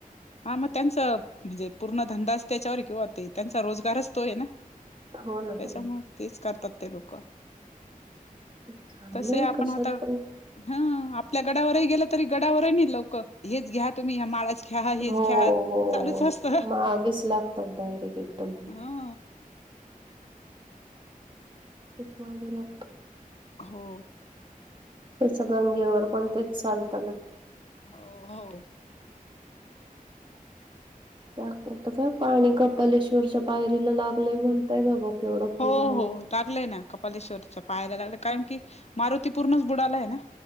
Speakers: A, on the left; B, on the right.
A: हा मग त्यांच म्हणजे पूर्ण धंदा त्याच्यावर किंवा ते त्यांचा रोजगारच तो ये ना.
B: हो ना,
A: त्याच्या
B: हो ना.
A: मूळ तेच करतात ते लोक
B: चांगलं
A: तसय
B: आहे
A: आपण
B: कशात
A: आता
B: पण
A: हं आपल्या गडावरही गेलं तरी गडावरही नाही लोक हेच घ्या तुम्ही ह माळाच ख्या हेच
B: हो हो
A: घ्या चालूच
B: हो
A: असत ह
B: मागेच लागतात डायरेक्ट एकदम
A: हं
B: खूप मागे लागते
A: हो
B: येच गंगेवर पण तेच चालतं ना
A: हो हो
B: ट आता काय पाणी कपालेश्वरच्या पायरीला लागलंय म्हणताय बाबा. केवढा पूर
A: हो
B: आलाय.
A: हो लागलंय ना कपालेश्वरच्या पायाला लागलं कारण की मारुती पूर्णच बुडाला य ना